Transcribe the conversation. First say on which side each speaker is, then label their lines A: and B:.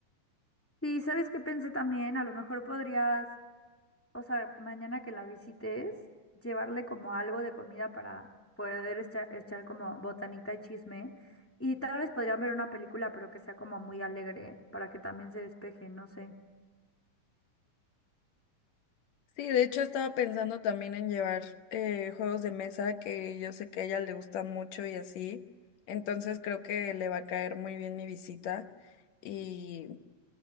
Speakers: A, on the left; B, on the left.
A: Sí, ¿sabes qué pensé también? A lo mejor podrías o sea, mañana que la visites, llevarle como algo de comida para poder echar, echar como botanita y chisme. Y tal vez podrían ver una película, pero que sea como muy alegre para que también se despeje, no sé.
B: Sí, de hecho estaba pensando también en llevar eh, juegos de mesa que yo sé que a ella le gustan mucho y así. Entonces creo que le va a caer muy bien mi visita. Y,